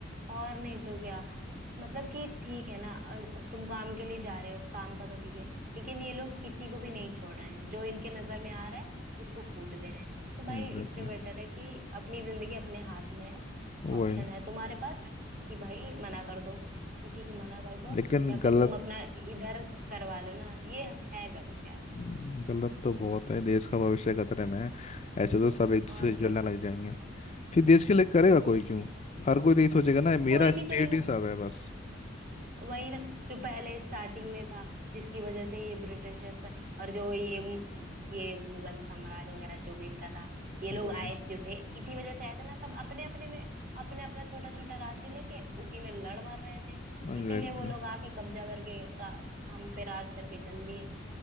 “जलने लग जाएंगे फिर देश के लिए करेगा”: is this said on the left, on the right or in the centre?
Left